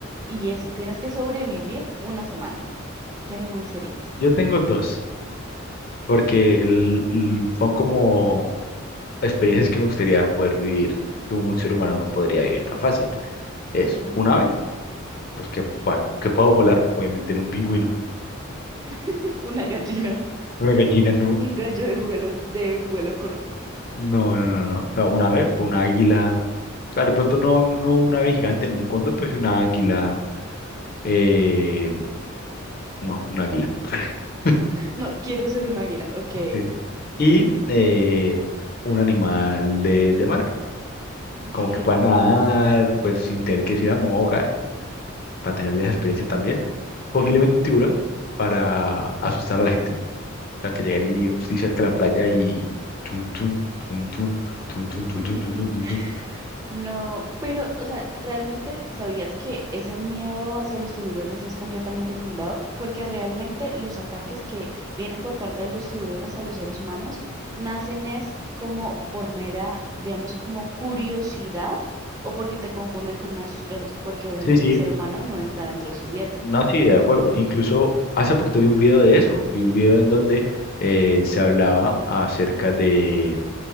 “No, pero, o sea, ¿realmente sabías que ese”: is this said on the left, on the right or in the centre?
Right